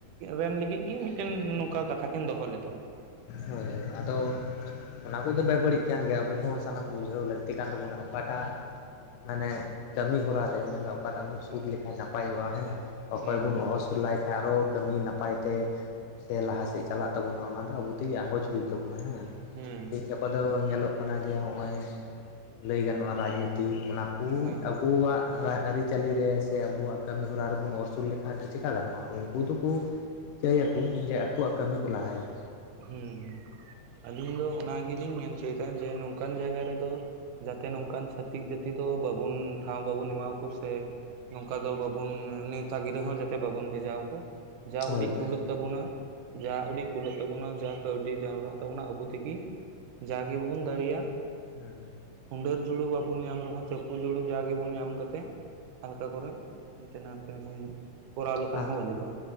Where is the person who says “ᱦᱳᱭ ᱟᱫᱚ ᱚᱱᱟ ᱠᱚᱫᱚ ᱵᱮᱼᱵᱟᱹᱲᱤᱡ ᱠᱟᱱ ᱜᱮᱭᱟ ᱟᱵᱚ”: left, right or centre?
Left